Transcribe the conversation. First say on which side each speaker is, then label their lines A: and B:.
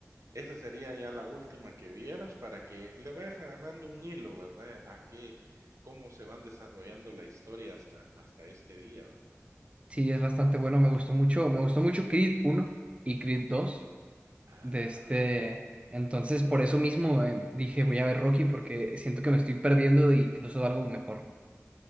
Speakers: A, on the right (about 85°); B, on the right (about 25°).
A: Esa sería ya la última que vieras para que le vayas agarrando un hilo, ¿verdad? A qué, cómo se van desarrollando la historia hasta, hasta este día, ¿verdad?
B: Sí, es bastante bueno, me gustó mucho, me gustó mucho Creed uno y Creed 2
A: Ajá.
B: de este, entonces por eso mismo eh, dije voy a ver Rocky porque siento que me estoy perdiendo de incluso algo mejor.